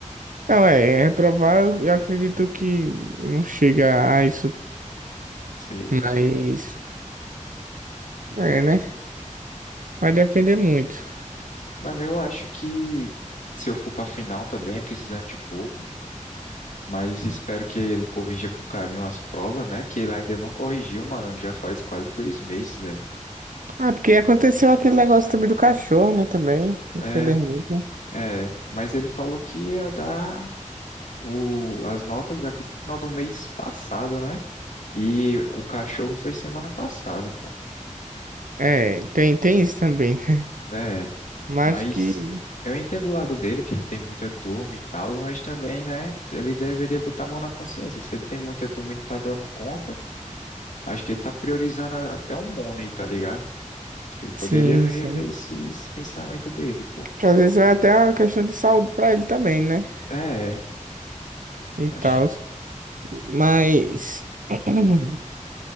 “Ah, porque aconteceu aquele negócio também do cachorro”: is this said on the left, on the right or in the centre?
Right